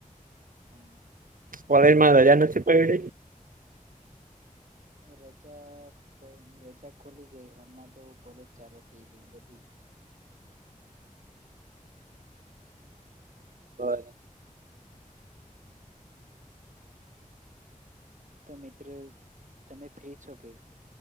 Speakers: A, on the right (about 60°); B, on the right (about 75°).
A: હન
B: કોલેજમાં રજા નથી પયડી?
A: રજા રજા ખુલી ગઈ. હમણાં તો કોલેજ ચાલુ થઈ ગઈ બધી.
B: બરા
A: તો મિત્ર તમે ફ્રી છો કે?